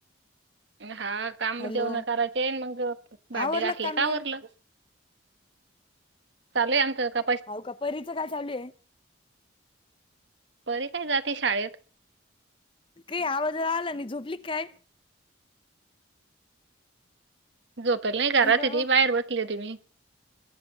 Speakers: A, on the right (about 65°); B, on the left (about 25°).
A: हा काम
B: हॅलो
A: तेव ना करायचे मग भांडे
B: आवरलं
A: घासयचे असले
B: काम
A: का
B: गेम
A: आवरलं चाले आमचे आता
B: हावू का परीच काय चालू आहे?
A: परी काय जाते शाळेत
B: काई आवाज आला नाही झोपली काय?
A: झोपेला नाही घरात
B: हॅलो
A: ती बाहेर बसली होती मी